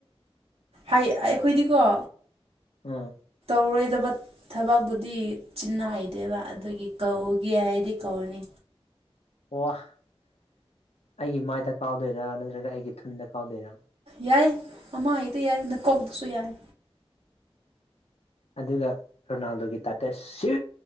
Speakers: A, on the right; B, on the left.
A: ꯍꯥꯏ ꯑꯩꯈꯣꯏꯗꯤꯀꯣ
B: ꯎꯝ
A: ꯀꯧꯔꯣꯏꯗꯕ ꯊꯕꯛꯄꯕꯨꯗꯤ ꯆꯤꯟꯅꯥꯏꯗꯦꯕ ꯑꯗꯨꯒꯤ ꯀꯧꯒꯦ ꯍꯥꯏꯔꯗꯤ ꯀꯧꯔꯅꯤ
B: ꯑꯣ ꯑꯩꯒꯤ ꯃꯥꯏꯗ ꯀꯥꯎꯗꯣꯏꯔ ꯅꯠꯇ꯭ꯔꯒ ꯑꯩꯒꯤ ꯊꯨꯟꯗ ꯀꯥꯎꯗꯣꯏꯔ
A: ꯌꯥꯏ ꯑꯃ ꯑꯗꯤ ꯌꯥꯏ ꯅ ꯀꯕꯁꯨ ꯌꯥꯏ
B: ꯑꯗꯨꯒ ꯔꯣꯅꯥꯜꯗꯣꯒꯤ ꯇ ꯇ ꯁꯤ